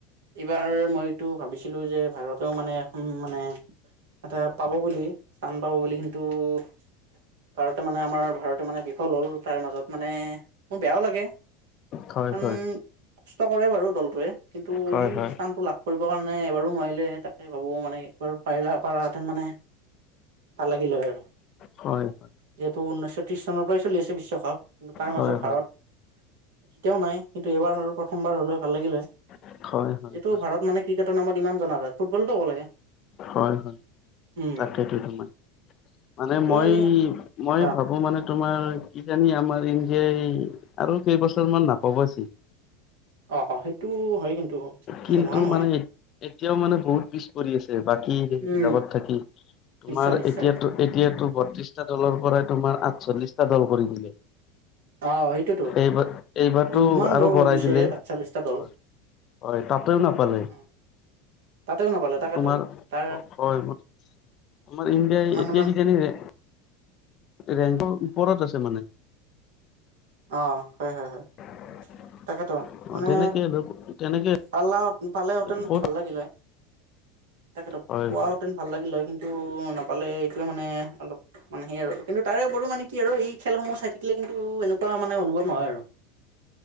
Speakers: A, on the right (about 75°); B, on the left (about 45°).
A: এইবাৰ মইটো ভাবিছিলো যে ভাৰতেও মানে এখন মানে- এটা পাব বুলি স্থান পাব বুলি কিন্তু- ভাৰতে মানে আমাৰ ভাৰতে মানে বিফল হ'ল তাৰ মাজত মানে মোৰ বেয়াও লাগে।
B: হয়
A: উ
B: হয়
A: কষ্ট কৰে বাৰু দলটোৱে কিন্তু
B: হয়
A: সেই
B: হয়
A: স্থানতটো লাভ কৰে কৰিবৰ কাৰণে এবাৰো নোৱাৰিলে তাকে ভাবো মানে এইবাৰ- পাৰিলে পাৰা হেঁতেন মানে ভাল লাগিলে হয় আৰু।
B: হয়-হয়।
A: যিহেতু ঊনৈছশ ত্ৰিশ চনৰ পৰাই চলি আছে বিশ্বকাপ কিন্তু তাৰ
B: হয়
A: মাজত
B: হয়
A: ভাৰত- কেতিয়াও নাই কিন্তু এইবাৰ হ'ল প্ৰথমবাৰ হ'লেও ভাল লাগিল হয়।
B: হয় হয়
A: এইটো
B: হয়
A: ভাৰত মানে- ক্ৰিকেটৰ নামত ইমান জনা যায়, ফুটবলটো হ'ব লাগে।
B: হয়-হয়,
A: উম
B: তাকেইটো। তোমাৰ মানে মই,
A: এ
B: মই
A: অ
B: ভাবো মানে- তোমাৰ কিজানি আমাৰ ইণ্ডিয়াই আৰু কেইবছৰ মান নাপাব চিট।
A: অঁহ', সেইটো হয় কিন্তু।
B: কিন্তু
A: নোহোৱা নহয়
B: মানে এতিয়াও মানে বহুত পিছ পৰি আছে- বাকী
A: উম
B: বিলাকত থাকি। তোমাৰ
A: নিশ্চয় নিশ্চয়
B: এতিয়া- এতিয়াতো বত্ৰিশটা দলৰ পৰাই তোমাৰ আঠচল্লিশটা দল কৰি দিলে।
A: অ সেইটোতো
B: এইবাৰ, এইবাৰতো
A: ইমান
B: আৰু
A: দল হৈ
B: বঢ়াই
A: গৈছে
B: দিলে।
A: আঠচল্লিশটা দল
B: হয় হয়, তা'তেও নাপালে।
A: উম, তাতেও নাপালে তাকেতো
B: তোমাৰ
A: তাৰ
B: ঘৰ ক'ত তোমাৰ ইণ্ডিয়াই
A: ইমান
B: এতিয়া
A: ইমান
B: কি জানিছে- ৰেংকৰ ওপৰত আছে মানে।
A: অঁ', হয়-হয়-হয়।
B: <unintelligible>
A: তাকেটো, মানে
B: অ তেনেকে তেনেকে
A: পালা-পালে হেঁতেন
B: ক'ত
A: ভাল লাগিল হয়। তাকেটো,
B: হয়
A: পোৱাহেঁতেন
B: হয়
A: ভাল লাগিল হয় কিন্তু নাপালে এইটোৱে মানে অলপ- মানে সেই আৰু। কিন্তু তাৰেও বো মানে কি আৰু এই খেলসমূহ চাই থাকিলে কিন্তু এনেকুৱা মানে অনুভৱ নহয় আৰু।